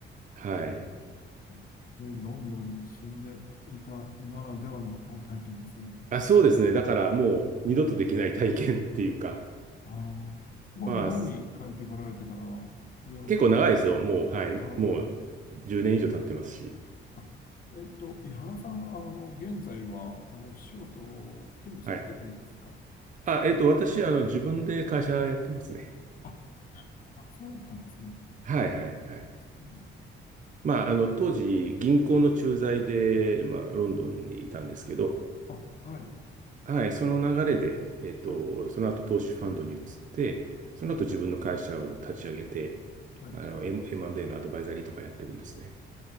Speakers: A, on the right; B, on the left.
A: はい。
B: えーでロンドンに住んでいたならではの体験ですね。
A: あ、そうですね。だからもう二度とできない体験っていうか、
B: ああ、もう日本に帰ってこられてからは、
A: まあ、
B: ヨーロッパの方に。
A: 結構長いですよ。もう、はい。
B: あ、
A: もう10年以上経ってますし。
B: あ、えっと、井原さん、あの、現在は、あ、お仕事を勤務されてるんですかすいません。
A: はい。あ、えっと、私、
B: うん。
A: あの、自分で会社やってますね。
B: あ、あ、そうだったんですね。
A: はい、はい、はい。
B: うん
A: まあ、
B: うん。
A: あの、当時、銀行の駐在で、まあ、ロンドンにいたんですけど、
B: あ、はい、
A: はい、その流れで、えっと、
B: はい、
A: その後、投資ファンドに移って、その後、
B: はい、
A: 自分の会社を立ち上げて、
B: はい。
A: あの、M- M&A のアドバイザリーとかやってるんですね。